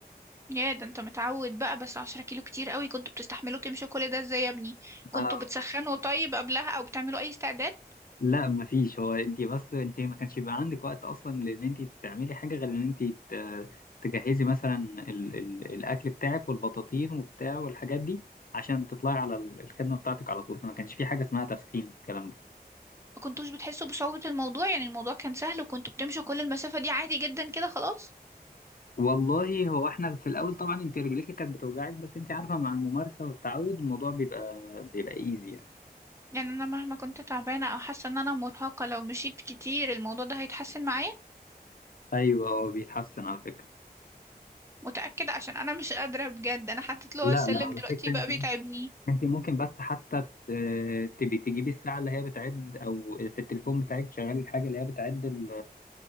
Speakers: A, on the right; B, on the left.
A: يا ده انت متعود بقى بس عشرة كيلو كتير قوي كنتوا بتستحملوا تمشوا كل ده ازاي يا ابني
B: مثلا
A: كنتوا بتسخنوا طيب قبلها او بتعملوا اي استعداد
B: لا مفيش هو انت بس انت ما كانش بيبقى عندك وقت اصلا لان انت تعملي حاجه غير ان انت ت- تجهزي مثلا ال ال الاكل بتاعك والبطاطين وبتاع والحاجات دي عشان تطلعي على ال- الخدمه بتاعتك على طول فما كانش في حاجه اسمها تسخين الكلام ده
A: ما كنتوش بتحسوا بصعوبة الموضوع يعني الموضوع كان سهل وكنتوا بتمشوا كل المسافة دي عادي جدا كده خلاص
B: والله هو احنا في الاول طبعا انت رجليك كانت بتوجعك بس انت عارفه مع الممارسه والتعود الموضوع بيبقى بيبقى ايزي يعني
A: يعني انا مهما كنت تعبانة او حاسة ان انا مرهقة لو مشيت كتير الموضوع ده هيتحسن معايا
B: ايوه هو بيتحسن على فكره
A: متأكدة عشان انا مش قادرة بجد انا حطيت له
B: لا
A: السلم
B: لا على
A: دلوقتي
B: فكره
A: بقى بيتعبني
B: انت ممكن بس حتى ت- تبي تجيبي الساعة اللي هي بتعد او في التليفون بتاعك تشغلي الحاجة اللي هي بتعد ال-